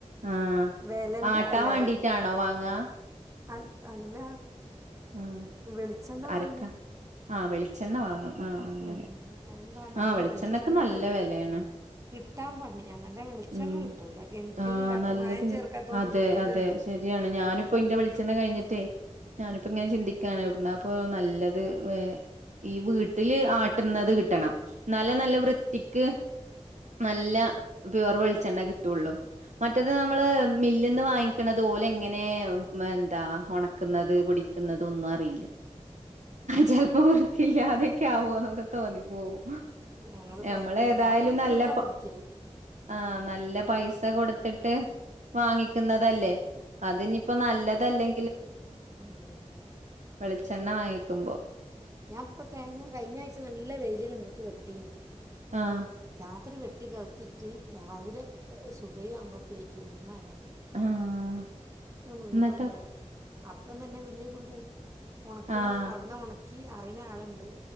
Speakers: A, on the right; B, on the right.
A: ആഹ്
B: വേലെന്റെ
A: ആട്ടാൻ
B: വേല
A: വേണ്ടീട്ടാണോ വാങ്ങാ
B: അ അല്ല
A: ആഹ്
B: വെളിച്ചെണ്ണ
A: അരക്ക
B: വാങ്ങ
A: ആഹ് വെളിച്ചെണ്ണ വാങ്ങും ആഹ് അങ്ങനെ
B: ഉം എന്നന്താ നല്ല
A: ആഹ് വെളിച്ചെണ്ണക്ക്
B: വെളിച്ചെണ്ണ
A: നല്ല
B: കിട്ട
A: വെലേണ്
B: കിട്ടാൻ പണി നല്ല വെളിച്ചെണ്ണ
A: ഉം
B: കിട്ടൂല കെമിക്കല
A: ആഹ്
B: ഇല്ലാത്ത
A: നല്ലത്
B: മായം ചേർക്കാത്ത ഒന്നും
A: അതെ
B: കിട്ടൂലല്ലോ
A: അതെ ശരിയാണ് ഞാനിപ്പോ ഇന്റെ വെളിച്ചെണ്ണ കിഴിഞ്ഞിട്ടേ ഇപ്പൊ ഇങ്ങനെ ചിന്തിക്കാണ് എവിടുന്നപ്പൊ നല്ലത് ഈ വീട്ടില് ആട്ടുന്നത് കിട്ടണം എന്നാലേ നല്ല വൃത്തിക്ക് നല്ല പ്യുവർ വെളിച്ചെണ്ണ കിട്ടുള്ളൂ മറ്റത് നമ്മള് പീടികന്ന് വാങ്ങിക്കണത് ഓൽ എങ്ങനെ എന്താ ഉണക്കുന്നത് പൊടിക്കുന്നത് ക്കതൊന്നും അറിയില്ല
B: ഉം
A: ചിലപ്പോ വൃത്തിയില്ലാതൊക്കെ ആവോ എന്നൊക്കെ തോന്നിപ്പോവും
B: ഇത് ഞങ്ങള് പരിചയം
A: നമ്മള് ഏതായാലും
B: ഞാ പിന്നെ മില്ലിന്ന
A: നല്ല പ
B: പൊടിക്കൽ
A: ആഹ് നല്ല പൈസ കൊടുത്തിട്ട് വാങ്ങിക്കുന്നതല്ലേ അതിനിപ്പോ നല്ലതല്ലെ
B: ആഹ്
A: വെളിച്ചെണ്ണ വാങ്ങിക്കുമ്പോ
B: ഞാൻ ഇപ്പ തേങ്ങ കഴിഞ്ഞ ആഴ്ച നല്ല വെയില് കണ്ടിട്ട് വെട്ടീനി
A: ആഹ്
B: രാത്രി വെട്ടിക്കവുത്തിട്ട് രാവിലെ സുബഹി ആവുമ്പോൾ പേറ്റും മഴ
A: ആഹ്
B: മുഴവന്
A: എന്നിട്ടോ
B: എന്തായി അപ്പ തന്നെ മില്ലിൽ കൊണ്ടോയി ഉണക്കണ
A: ആഹ്
B: അവിടുന്ന് ഉണക്കി അറിയണ ആളുണ്ട്